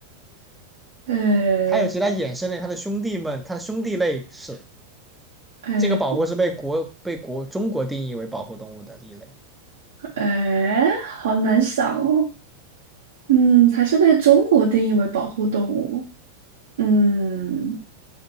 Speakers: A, on the right; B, in the centre.
A: 呃，
B: 它有其他衍生类，它的兄弟们，它的兄弟类是。
A: 呃，
B: 这个保护是被国被国中国定义为保护动物的一类。
A: 呃，好难想哦。嗯，还是被中国定义为保护动物。嗯。